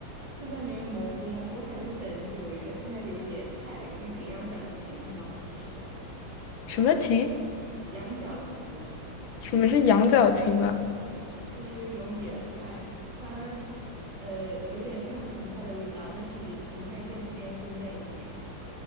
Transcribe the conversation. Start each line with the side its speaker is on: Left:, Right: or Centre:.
Right: 现在没有蘑菇，蘑菇还得等几个月。现在有野菜，有那个羊角芹，还蛮好吃的。
Left: 什么芹？
Right: 羊角芹
Left: 什么是羊角芹啊？
Right: 就是一种野菜，它呃有点像芹菜的味道，但是比芹菜更鲜更嫩一点。